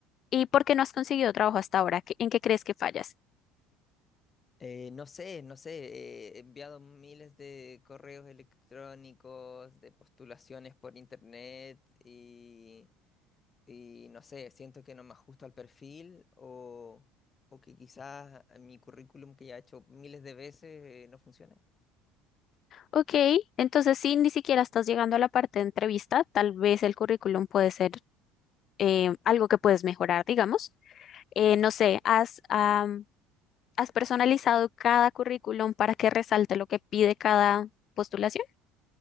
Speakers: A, on the left; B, on the left.
A: ¿Y por qué no has conseguido trabajo hasta ahora? ¿Qué- ¿En qué crees que fallas?
B: Eh, no sé, no sé, eh, he enviado miles de correos electrónicos, de postulaciones por internet y, y no sé, siento que no me ajusto al perfil o, o que quizás mi currículum que ya he hecho miles de veces eh, no funciona.
A: Ok, entonces sí, ni siquiera estás llegando a la parte de entrevista. Tal vez el currículum puede ser eh, algo que puedes mejorar, digamos. eh, no sé, has, am, has personalizado cada currículum para que resalte lo que pide cada postulación.